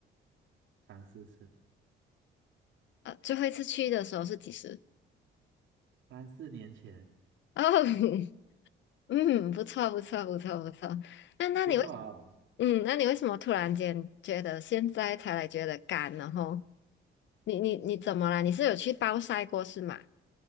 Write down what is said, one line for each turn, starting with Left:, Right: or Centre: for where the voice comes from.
Right: 三四次，
Left: 呃，最后一次去的时候是几时？
Right: 三四年前，
Left: 哦，<laughs> <laughs> 嗯，不错，不错，不错，不错。那那你为，
Right: 不错哦。
Left: 嗯，那你为什么突然间觉得现在才来觉得干？然后你你你怎么啦？你是有去暴晒过是吗？